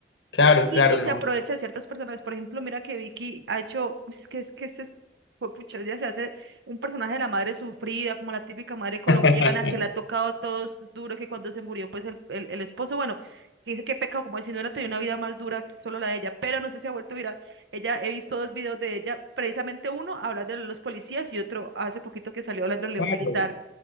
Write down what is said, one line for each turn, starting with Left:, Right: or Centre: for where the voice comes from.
Left: Claro,
Right: Y,
Left: claro,
Right: y se
Left: no.
Right: aprovecha de ciertas personas. Por ejemplo, mira que Vicky ha hecho, es que es que se fue pucha, ya se hace un personaje de la madre sufrida, como la típica madre colombiana
Left: <laughs>
Right: que le ha tocado todo su- duro, que cuando se murió, pues el, el, el esposo, bueno, que dice que pecado, como si no hubiera tenido una vida más dura que solo la de ella, pero no sé si ha vuelto viral. Ella, he visto dos videos de ella, precisamente uno hablando de los policías y otro hace poquito que salió hablándole de
Left: Claro.
Right: un militar.